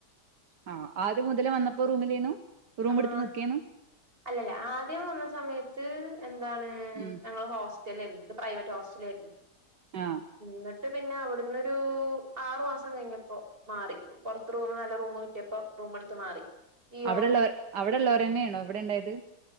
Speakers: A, on the right; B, on the right.
A: ആ ആദ്യ മുതലേ വന്നപ്പോ റൂമിലേണു റൂമ്
B: ആ
A: എടുത്ത് നിക്കേന്നു
B: അല്ലല്ല ആദ്യം വന്ന സമയത്ത് എന്താണ്
A: ഉം
B: ഞങ്ങള് ഹോസ് റ്റലേന്നു പ്രൈവറ്റ് ഹോസ്റ്റലെന്നു
A: ആ
B: ഇന്നാ ന്ന്ട്ട് പിന്നെ അവിടുന്ന് ഒരു ആറു മാസം കഴിഞ്ഞപ്പോ മാറി പൊറത്ത് റൂമ് നല്ല റൂമ് കിട്ടിയപ്പോ റൂമടുത്ത് മാറി ഇയ്യോ
A: അവിടെള്ളോർ അവിടെള്ളവർന്നെയാണോ ഇവിടെ ഇ ണ്ടായത്